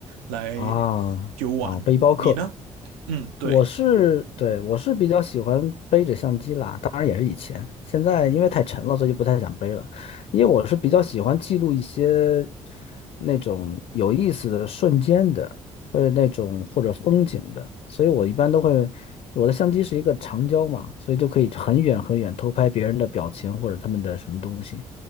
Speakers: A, on the right; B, on the left.
A: 来
B: 啊啊，
A: 游玩。
B: 背包客，
A: 你呢？嗯，对，
B: 我是，对，我是比较喜欢背着相机啦，当然也是以前，现在因为太沉了，
A: 嗯
B: 所以就不太想背了。因为我是比较喜欢记录一些那种有意思的瞬间的，或者那种或者风景的，所以我一般都会，我的相机是一个长焦嘛，所以就可以很远很远偷拍别人的表情或者他们的什么东西，
A: 嗯，